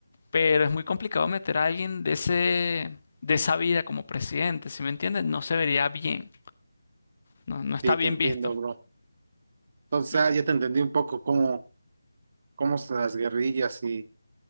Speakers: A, on the left; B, on the right.
A: pero es muy complicado meter a alguien de ese, de esa vida como presidente, ¿sí me entiendes? No se vería bien, no, no está
B: Sí,
A: bien
B: te entiendo,
A: visto.
B: bro. Entonces
A: Y,
B: ah, ya te entendí un poco cómo, cómo son las guerrillas y